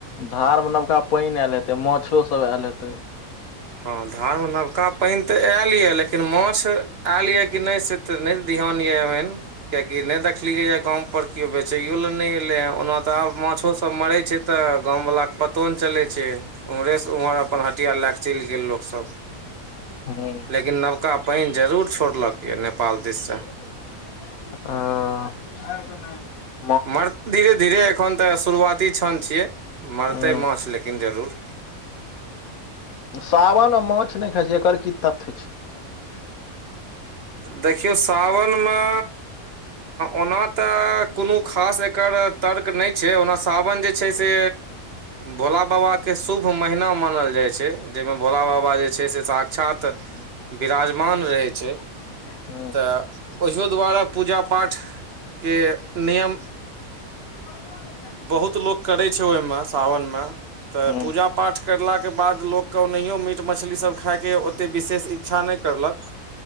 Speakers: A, on the left; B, on the right.
A: धार मे नबका पानि आयल हेते माछो सब आयल हेतै
B: हँ धारमे नबका पानि तऽ आयल यऽ लेकिन माछ आयल यऽ कि नहि से तऽ नहि ध्यान यऽभेन कियाकि नहि देखलियैय गांव पर केओ बेचैयो लए नहि एलै हन ओना तऽ आब माछोसभ मरैत छै तऽ गांव वलाके पतो नहि चलै छै उम्हरे से उम्हर अपन हटिया लए कऽ चलि गेल लोकसभ
A: हँ
B: लेकिन नबका पानि जरूर छोड़लक ये नेपाल दिस से
A: हं
B: मर धीरे-धीरे एखन। त शुरुआती क्षण छियै मरतै
A: हूँ
B: मांछ लेकिन जरुर
A: सावन आ माछ नहि खाइ छै एकर की तथ्य छै
B: देखियौ, सावनमे ओना तऽ। कोनो खास एकर तर्क नहि छै ओना सावन जे छै से भोला बाबा के शुभ महिना मानल जाइ छै जाहिमे भोला बाबा जे छै से साक्षात
A: <inaudible>
B: विराजमान रहै छै
A: हूँ
B: तऽ ओझो द्वारा पूजा पाठ के नियम
A: कोनो नै
B: बहुत लोक करैत छै। ओहिमे सावनमे तऽ
A: हूँ
B: पूजा-पाठ करलाक बाद लोक। कोहनैयो मीट मछली सब खायके ओतेक विशेष इच्छा नहि करलक